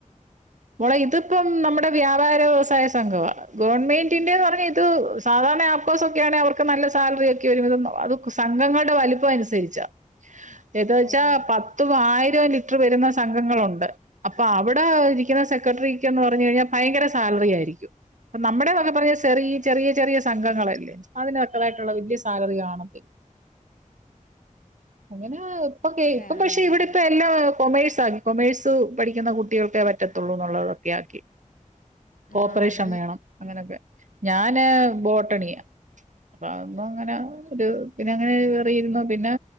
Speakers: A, on the right; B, on the left.
A: മോളെ ഇതിപ്പം നമ്മുടെ വ്യാപാര വ്യവസായ സംഘവാ ഗവൺമെന്റിന്റെന്ന് പറഞ്ഞ ത് സാധാരണ ആപ്കോഴ്സ ഒക്കെയാണെ അവർക്ക് നല്ല സാലറിയൊക്കെ വരും അത് സംഘങ്ങളുടെ വലിപ്പം അനുസരിച്ചാ ഏത് വെച്ചാ
B: ഓഹ് ഓഹ്
A: പത്തും ആയിരവും ലിറ്റർ വരുന്ന സംഘങ്ങളുണ്ട് അപ്പൊ അവിടെ ഇരിക്കുന്ന സെക്രട്ടറിക്ക്ന്ന് പറഞ്ഞു കഴിഞ്ഞാൽ ഭയങ്കര സാലറി ആയിരിക്കും അ നമ്മടേതൊക്കെ പറ ചെറിയ ചെറിയ ചെറിയ സംഘങ്ങളല്ലേ അതിനൊക്കതായിട്ടുള്ള വലിയ സാലറി കാണത്തില്ല അങ്ങനെ ഇപ്പൊ
B: സാലറി
A: ഇപ്പ പക്ഷെ
B: ഉണ്ടാവില്ല.
A: ഇവിടെ ഇപ്പ എല്ലാം കൊമേഴ്സ് ആകി കൊമേഴ്സ് പഠിക്കുന്ന കുട്ടികൾക്കേ പറ്റത്തുള്ളൂ എന്നുള്ളതൊക്കെ ആക്കി ഓപ്പറേഷൻ
B: ആഹ് അത്
A: വേണം അങ്ങനെയൊക്കെ ഞാന് ബോട്ടണിയ അപ്പ അന്നും അങ്ങനെ ഒരു പിന്നെ അങ്ങനെ കേറിയിരുന്നോ പിന്നെ